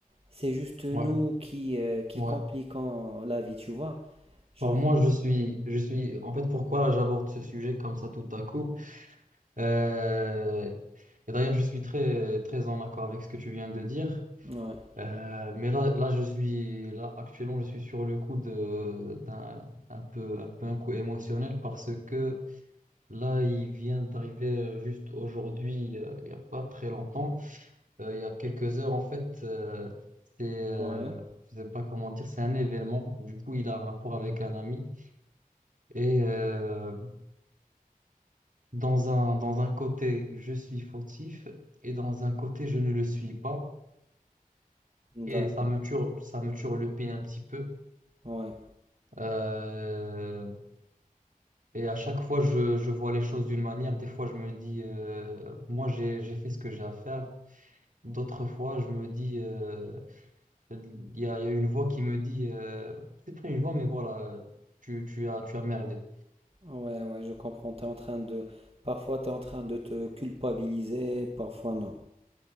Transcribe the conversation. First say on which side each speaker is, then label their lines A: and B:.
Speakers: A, on the right (about 40°); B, on the right (about 60°).
A: C'est juste nous
B: Ouais.
A: qui, euh, qui
B: Ouais.
A: compliquons la vie, tu vois. Genre,
B: Alors moi, je suis, je suis, en fait, pourquoi là, j'aborde ce sujet comme ça tout à coup? Euh, et d'ailleurs, je suis très, très en accord avec ce que tu viens de dire.
A: ouais,
B: Euh, mais là, là, je suis, là, actuellement, je suis sur le coup de, d'un, un peu, un peu un coup émotionnel parce que là, il vient d'arriver euh, juste aujourd'hui, euh, il n'y a pas très longtemps, euh, il y a quelques heures, en fait, euh, c'est, euh,
A: ouais,
B: je sais pas comment dire, c'est un événement. Du coup, il a un rapport avec un ami et, euh, Dans un, dans un côté, je suis fautif et dans un côté, je ne le suis pas. Et
A: d'accord,
B: ça me tue, ça me tue le pin un petit peu.
A: ouais,
B: Euh, et à chaque fois, je, je vois les choses d'une manière. Des fois, je me dis, euh, moi, j'ai, j'ai fait ce que j'ai à faire. D'autres fois, je me dis, euh, il y a, il y a une voix qui me dit, euh, c'est pas une voix, mais voilà, tu, tu as, tu as merdé.
A: ouais, ouais, je comprends. T'es en train de, parfois t'es en train de te culpabiliser, parfois non.